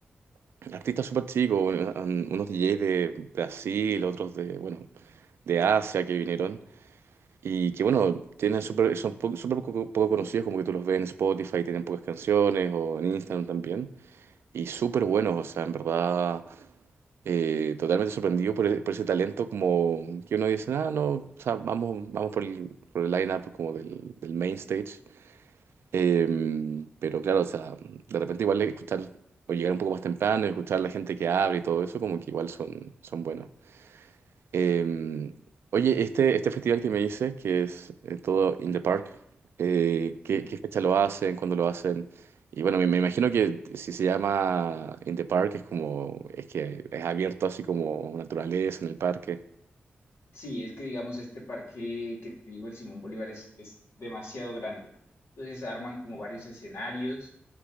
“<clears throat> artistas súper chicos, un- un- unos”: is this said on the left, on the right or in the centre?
Right